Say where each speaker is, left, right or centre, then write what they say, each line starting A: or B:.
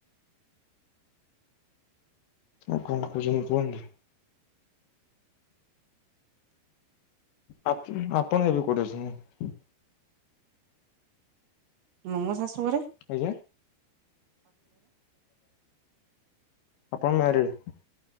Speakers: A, on the left; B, on the right.
A: ଆଉ କଣ କରୁଛନ୍ତି କୁହନ୍ତୁ? ଆପ୍ ଆପଣ ଏବେ କୋଉଠି ଅଛନ୍ତି?
B: ମୁଁ ମୋ ଶାଶୁଘରେ।
A: ଆଜ୍ଞା ଆପଣ ମ୍ୟାରେଡ।